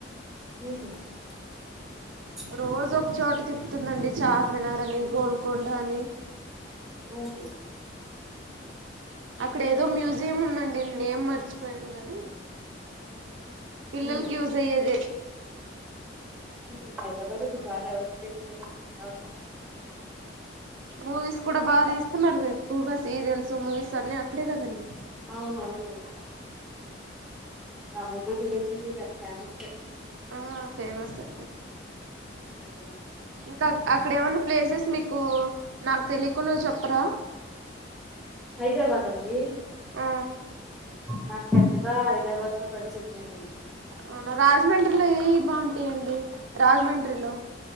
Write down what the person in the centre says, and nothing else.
<unintelligible> <unintelligible>
ఉహు
ఉమ్,
ఉమ్. హైదరాబాద్ ఇప్పుడు బాగా డెవలప్ అయింది గా
అవునువును రామోజీ ఫిలిం సిటీ పెద్ద ఫేమస్ కదా
ఉమ్.
హైదరాబాద్ అండీ
నాకు పెద్దగా హైదరాబాద్ తో పరిచయం లేదండి